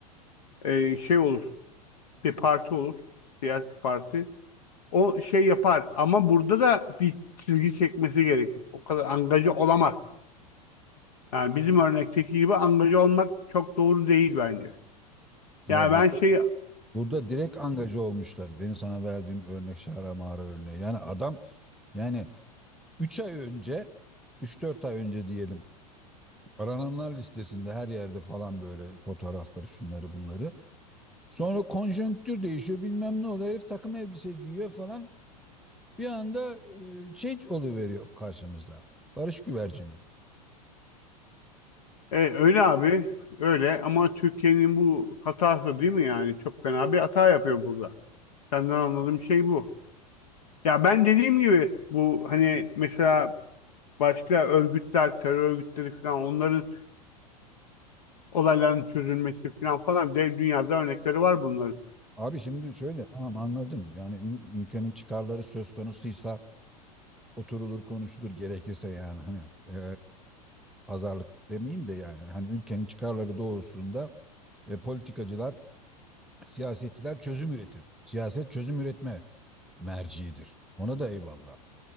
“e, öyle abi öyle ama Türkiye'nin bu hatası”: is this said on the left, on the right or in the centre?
Left